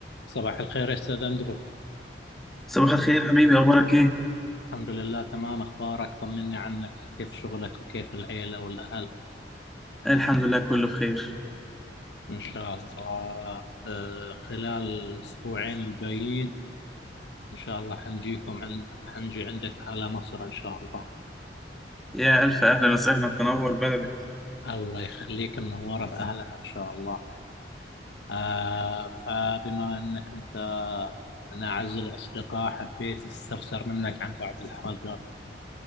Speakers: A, on the left (about 70°); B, in the centre.
A: صباح الخير يا أستاذ أندرو
B: صباح الخير حبيبي أخبارك إيه؟
A: الحمد لله تمام أخبارك طمني عنك وكيف شغلك وكيف العيلة والأهل
B: الحمد لله كله بخير
A: إن شاء الله آه، خلال الأسبوعين الجايين إن شاء الله حنجيكم عن حنجي عندك على مصر إن شاء الله
B: يا ألف أهلا وسهلا تنور بلدك
A: الله يخليك منورة بأهلها إن شاء الله آه، فبما أنك أنت من أعز الأصدقاء حبيت أستفسر منك عن بعض الحاجات